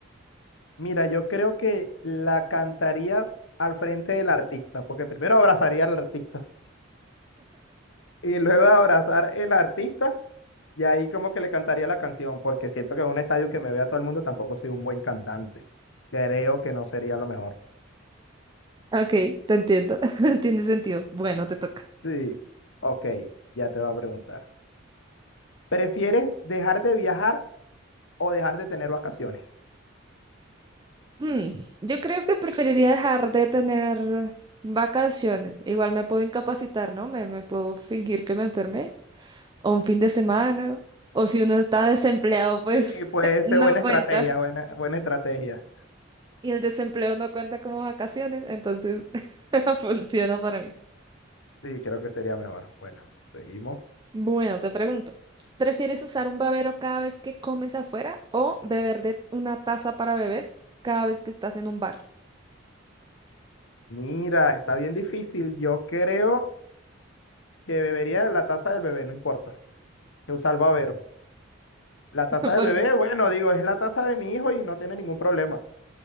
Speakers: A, on the left; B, on the right.
A: Mira, yo creo que la cantaría al frente del artista, porque primero abrazaría al artista y luego de abrazar el artista y ahí como que le cantaría la canción, porque siento que en un estadio que me vea todo el mundo tampoco soy un buen cantante. Creo que no sería lo mejor.
B: Ok, te entiendo. <laughs> Tiene sentido. Bueno, te toca.
A: Sí, ok, ya te voy a preguntar. ¿Prefieres dejar de viajar o dejar de tener vacaciones?
B: Hmm, Yo creo que preferiría dejar de tener vacaciones. Igual me puedo incapacitar, ¿no? Me, me puedo fingir que me enfermé o un fin de semana, o si uno está desempleado, pues
A: Sí, puede
B: <laughs>
A: ser
B: no
A: buena estrategia,
B: cuenta.
A: buena, buena estrategia.
B: Y el desempleo no cuenta como vacaciones, entonces <laughs> funciona para mí.
A: Sí, creo que sería mejor. Bueno, seguimos.
B: Bueno, te pregunto, ¿prefieres usar un babero cada vez que comes afuera o beber de una taza para bebés cada vez que estás en un bar?
A: Mira, está bien difícil. Yo creo que bebería la taza del bebé, no importa. Que usa El salvavero. La
B: <laughs>
A: taza
B: Porque
A: del bebé, bueno, digo, es la taza de mi hijo y no tiene ningún problema.